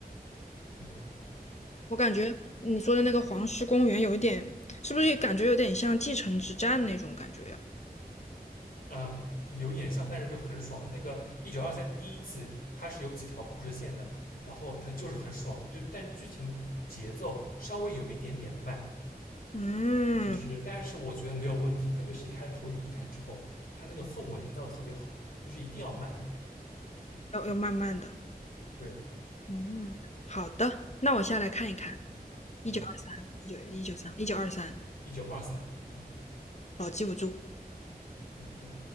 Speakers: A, on the left; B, on the left.
A: 嗯
B: 我感觉你说的那个黄石公园有一点，是不是感觉有点像继承之战那种感觉呀？
A: 啊有点像，但是就很爽。那个一九二三第一季它是有几条故事线的，然后它就是很爽，就但剧情节奏稍微有一点点慢，
B: 嗯，
A: 就是，但是我觉得没有问题，特别是你开投影仪看之后，它那个氛围营造特别好，但是一定要慢的。嗯，
B: 要要慢慢的。
A: 对，
B: 嗯，好的，那我下来看一看。
A: 嗯，
B: 一九二三，一九一九三，一九二三，一九二三
A: 一九二三，嗯
B: 老记不住。
A: ，OK。